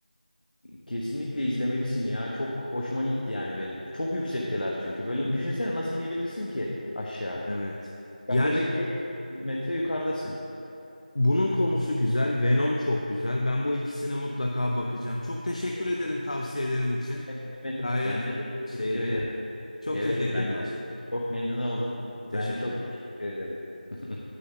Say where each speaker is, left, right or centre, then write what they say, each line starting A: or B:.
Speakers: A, on the left (about 65°); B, on the left (about 45°).
A: kesinlikle izlemelisin ya. Çok hoşuma gitti yani benim. Çok yüksekteler çünkü. Böyle düşünsene nasıl inebilirsin ki aşağı?
B: Evet.
A: Yaklaşık
B: Yani
A: 500 metre yukarıdasın.
B: bunun
A: Hı.
B: konusu güzel. Venom çok güzel. Ben bu ikisine mutlaka bakacağım. Çok teşekkür
A: Evet.
B: ederim tavsiyelerin için.
A: Evet, Mehmet
B: Gayet
A: ben de çok teşekkür
B: şeydi.
A: ederim.
B: Çok
A: Evet
B: teşekkürler.
A: bence de. Çok memnun oldum. Ben
B: Teşekkürler.
A: çok teşekkür ederim. <laughs>